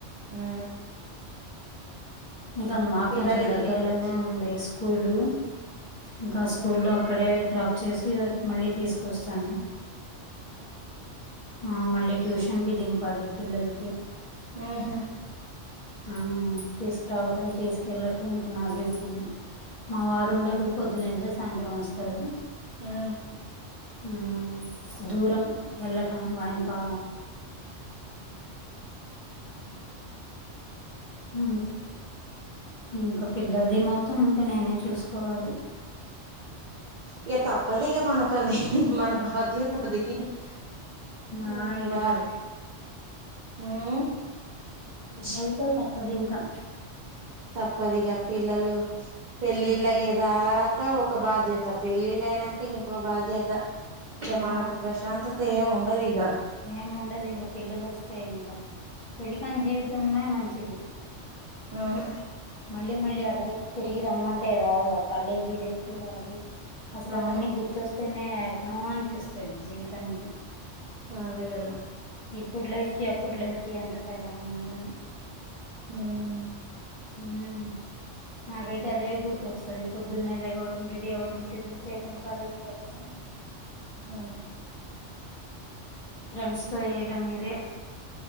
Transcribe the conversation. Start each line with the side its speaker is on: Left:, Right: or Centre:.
Right: ఆ
Left: ఇంక మాకు
Right: పిల్లల్ని
Left: కొంచెం దగ్గర్లోనే
Right: కిడ్నాప్ చేయడం
Left: ఉంది స్కూలు ఇంకా స్కూల్లో
Right: ఆహా
Left: అక్కడే డ్రాప్ చేసి మళ్ళీ తీసుకొస్తాను ఆ మళ్ళీ ట్యూషన్ కి దింపాలి పిల్లల్ కి
Right: ఆహ
Left: ఆ తీసుకురావటం తీసుకెళ్ళటం ఇంకా నా డ్యూటీనే మా వారు ఉండరు పొద్దున్ ఎల్తే సాయంత్రం వస్తారు
Right: ఆ
Left: ఆ దూరం వెళ్ళటం వాయన్కా అ ఇంకా పిల్లలది మొత్తం ఇంకా నేనే చూసుకోవాలి
Right: ఇగ తప్పది ఇగా మనక్ అది మన బాధ్యత అది ఇంగ
Left: ఆ ఇంకా
Right: వాద్ ఉ
Left: ఇష్అవుకొ తప్పద్ ఇంకా
Right: తప్పదు ఇగా పిల్లలు పెళ్ళిళ్ళు
Left: మ్మ్
Right: అయ్యేదాకా ఒక బాధ్యత పెళ్ళిళ్ అయినాక ఇంకో బాధ్యత ఇగ
Left: ఆ
Right: మనకు ప్రశాంతత ఏమి ఉండ అదు ఇగ
Left: ఏం ఉండదు ఇంకా పిల్లలు వస్తాయి ఇంకా పెళ్ళి కాని జీవితమే మంచిది
Right: అవును
Left: మళ్ళీ మళ్ళీ అల అయితే తిరిగి రమ్మ అంటే రావు కాలేజీ డేస్ అవి అసలు
Right: అవును
Left: అవ అన్నీ గుర్ తోవోస్తేనే ఎట్నో అనిపిస్తూ తుంది జీవితానికి
Right: అదే కదా
Left: ఇప్పుడు లైఫ్ కి అప్పుడు లైఫ్ కి ఎంత తేడా ఉన్నద అని
Right: ఉమ్
Left: ఉమ్ నాకైతే అదే గుర్తొస్తది పొద్దున్నే లెగవటం రెడీ అవ్వడం టిఫన్ చేయటం కాలేజ్కి ఎళ్ళటం
Right: ఉమ్
Left: ఫ్రెన్స్ తో వేయడం ఇదే